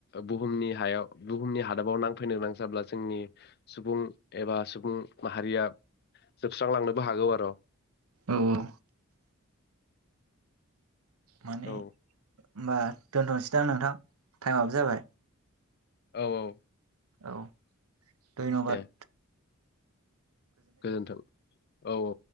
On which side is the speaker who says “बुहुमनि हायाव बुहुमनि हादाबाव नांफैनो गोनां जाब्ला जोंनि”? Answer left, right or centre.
Left